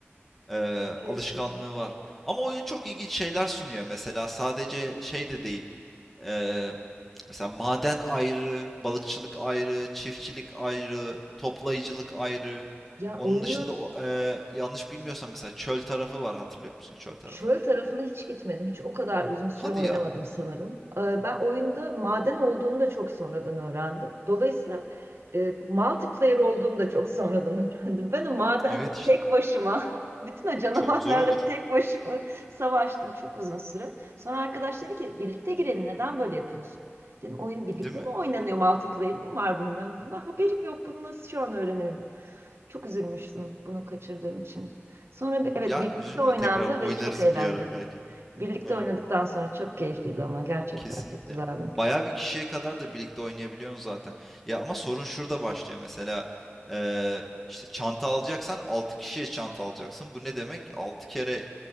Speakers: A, in the centre; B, on the right.
A: Eee,
B: Çok keyifliydi.
A: alışkanlığı var. Ama oyun çok ilginç şeyler sunuyor. Mesela sadece şey de değil. Eee, mesela maden ayrı, balıkçılık ayrı, çiftçilik ayrı, toplayıcılık ayrı.
B: Ya
A: Onun
B: oyunun
A: dışında o- eee, yanlış bilmiyorsam mesela çöl tarafı var. Hatırlıyor musun çöl tarafını?
B: çöl tarafına hiç gitmedim. Hiç o kadar uzun süre
A: Hadi
B: oynamadım
A: ya.
B: sanırım. Ee, Ben oyunda maden olduğunu da çok sonradan öğrendim. Dolayısıyla e, multiplayer olduğunu da çok sonradan <laughs> öğrendim. Ben o madende
A: Evet işte.
B: tek başıma, <laughs> bütün o canavarlarla
A: Çok zor olur,
B: tek başıma savaştım çok uzun süre. Sonra arkadaş dedi ki birlikte girelim neden böyle yapıyorsun? Dedim oyun birlikte
A: değil mi?
B: mi oynanıyor multiplayer mi var bunun? Ben bundan haberim yok bunu nasıl şu an öğreniyorum? Çok üzülmüştüm bunu kaçırdığım için. Sonra bir- evet
A: Ya
B: birlikte
A: üzülme,
B: oynandı
A: tekrar oynarız
B: ve çok eğlenceliydi.
A: bir ara belki de.
B: Birlikte
A: Ha,
B: oynadıktan sonra çok keyifliydi ama gerçekten
A: kesinlikle.
B: çok güzeldi.
A: Bayağı bir kişiye kadar da birlikte oynayabiliyorsun zaten. Ya ama sorun şurada başlıyor mesela. eee, işte çanta alacaksan 6 kişiye çanta alacaksın. Bu ne demek? 6 kere